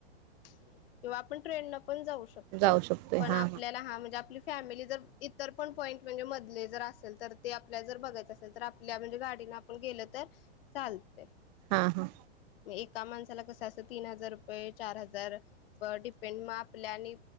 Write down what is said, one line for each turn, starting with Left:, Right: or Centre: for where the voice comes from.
Left: किंवा आपण ट्रेनन पण जाऊ शकतोय,
Right: जाऊ शकतोय
Left: पण
Right: हा
Left: आपल्याला हा म्हणजे आपली फॅमिली जर इतर पण पॉईंट म्हणजे मधले जर असेल तर ते आपल्याला जर बघायचं असेल, तर आपल्या म्हणजे गाडी नं आपण गेलं तर चालतंय.
Right: हा, हा.
Left: मग एका माणसाला कसं असं तीन हजार रुपये, चार हजार डिपेंड मग आपल्या आणि